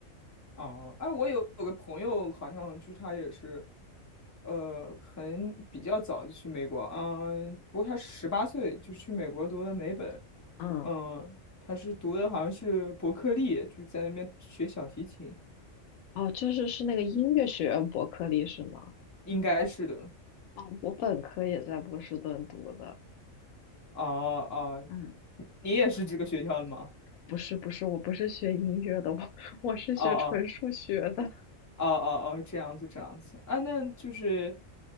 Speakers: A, on the left; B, on the left.
A: 哦，哎，我有有个朋友，好像就是他也是，呃，很比较早就去美国，嗯，不过他十八岁就去美国读了美本。
B: 嗯，
A: 嗯，他是读的好像是伯克利，就在那边学小提琴，
B: 哦，就是是那个音乐学院伯克利是吗？
A: 应该是的。
B: 哦，我本科也在波士顿读的。
A: 哦哦，
B: 嗯，
A: 你也是这个学校的吗？
B: 不是不是，我不是学音乐的，我我是学纯数学的。
A: 哦哦哦哦哦，这样子这样子啊，那就是，